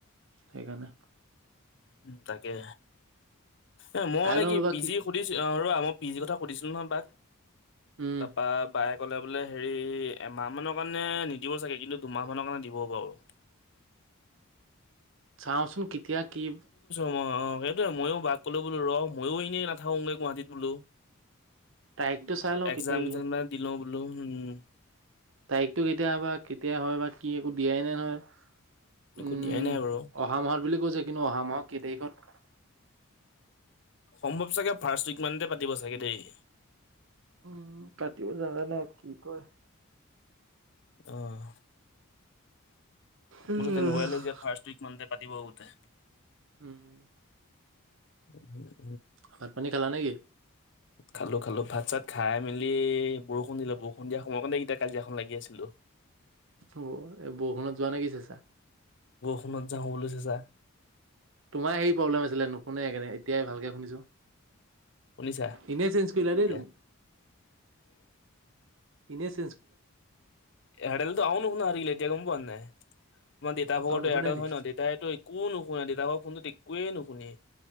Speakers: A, on the right (about 60°); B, on the left (about 55°).
A: সেইকাৰণে।
B: তাকে। এ' মই
A: চাই
B: মানে
A: লওঁ
B: কি
A: ৰ'বা
B: বিজি সুধিচি। অ' ৰবা মই পিজি কথা সুধিছিলোঁ নহয় বাক।
A: উম
B: তাপা বায়ে ক'লে বোলে হেৰি এমাহ মানৰ কাৰণে নিদিব চাগে, কিন্তু দুমাহ মানৰ কাৰণে দিব বাৰু।
A: চাওঁচোন কেতিয়া কি
B: অ'অ সেইটোৱেই, মইয়ো বাক ক'লো, বোলো ৰহ মইও এনেই নাথাকোগৈ, গুৱাহাটীত বোলো।
A: তাৰিখটো চাই লওঁ
B: একযাম
A: কেতিয়া
B: যেনিবা দিলো বোলো। উম।
A: তাৰিখতটো কেতিয়া বা, কেতিয়া হয় বা কি একো। দিয়াই নাই নহয়।
B: একো
A: উম
B: দিয়াই নাই বাৰু
A: অহা মাহত বুলি কৈছে, কিন্তু অহা মাহত কেই তাৰিখত
B: সম্ভৱ চাগে, ফাৰ্ষ্ট উইকমানতে পাতিব চাগে দেই।
A: উ তাতেও জানা নাই কি কয়।
B: অহ
A: উম
B: মোৰটো তেনেকুৱাই লাগিছে ফাৰ্ষ্ট উইক মানতে। পাতিব বহুতে
A: উম'।
B: <inaudible>
A: ভাত পানী খালা নে কি?
B: খালো খালো ভাত চাত খাই মেলি বৰষুণ দিলে, বৰষুণ দিয়া সময় কাৰণে এতিয়া কাজিয়াখন লাগি আছিলো।
A: অ' এই বৰষুণত যোৱা নে কি চাইছা।
B: য'ত যাও বুলিছে যাই
A: তোমাৰ হে প্ৰব্লেম আছিলে নুশুনে সেই কাৰনে এতিয়াই ভালকে শুনিছো।
B: শুনিছা
A: ইনেই চেঞ্চ কৰিলা নেকি
B: এতিয়া
A: তুমি? ইনে আছিলো।
B: এয়াৰতেলতো আৰু নুশুনা হৈ থাকিলে এতিয়া গম পোৱা নাই। আমাৰ দেউতা ভাগতো
A: আৰু নুশুনে
B: এয়াৰটেল
A: নি
B: হয় ন, দেতাইটো একো নুশুনে তাৰপৰা ফোনটোত একোৱে নুশুনি